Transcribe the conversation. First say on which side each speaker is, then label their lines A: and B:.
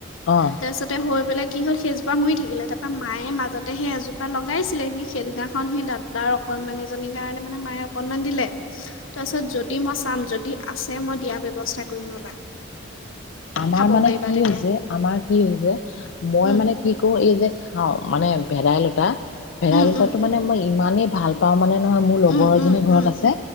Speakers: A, on the left (about 65°); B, on the left (about 80°).
A: অ
B: তাৰপিছতে হৈ পেলাই কি হ'ল। সেইজোপা মৰি থাকিলে তাৰপৰা মায়ে মাজতে সেই এজোপা লগাইছিলে সি সেইদিনাখন সেই দাদাৰ অকণমানি জনীৰ কাৰণে মানে মায়ে অকনমান দিলে। তাৰপিছত যদি মই চাম যদি আছে মই দিয়াৰ ব্যৱস্থা কৰিম ৰ'বা
A: আমাৰ
B: খাব
A: মানে
B: পাৰিবা
A: কি
B: তেতিয়া
A: হৈছে আমাৰ কি হৈছে মই
B: উম
A: মানে কি কৰো এই যে খাওঁ মানে ভেদাইলতা ভেদাইলতাটো
B: উম উম
A: মানে মই ইমানেই ভাল পাওঁ মানে নহয় মোৰ লগৰ
B: উম
A: এজনী
B: উম
A: ঘৰত
B: উম
A: আছে